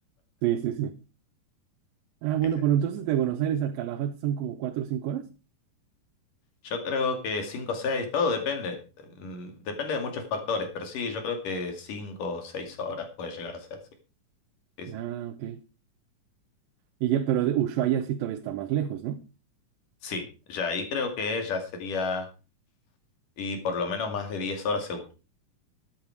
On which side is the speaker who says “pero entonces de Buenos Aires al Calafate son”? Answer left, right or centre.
Right